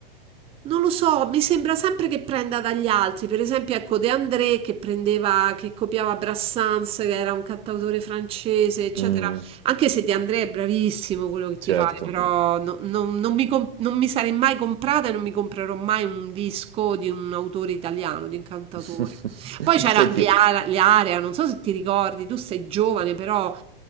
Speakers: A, on the right (about 20°); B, on the right (about 80°).
A: non lo so, mi sembra sempre che prenda dagli altri. Per esempio, ecco, De André che prendeva, che copiava Brassens, che era un cantautore francese, eccetera.
B: Mm,
A: Anche se De André è bravissimo quello che ti
B: certo.
A: pare, però no- non, non mi comp- non mi sarei mai comprata e non mi comprerò mai un disco di un autore italiano, di un cantautore.
B: <laughs>
A: Poi c'era
B: Senti,
A: gli, Ara- gli Area, non so se ti ricordi, tu sei giovane, però